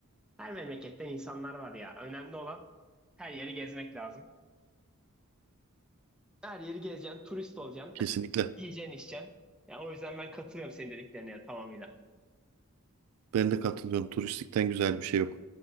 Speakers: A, in the centre; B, on the right (about 80°).
A: Her memleketten insanlar var ya. Önemli olan her yeri gezmek lazım. Her yeri gezeceksin, turist olacaksın,
B: Kesinlikle.
A: yiyeceksin, içeceksin. Ya o yüzden ben katılıyorum senin dediklerine ya, tamamıyla.
B: Ben de katılıyorum. Turistikten güzel bir şey yok.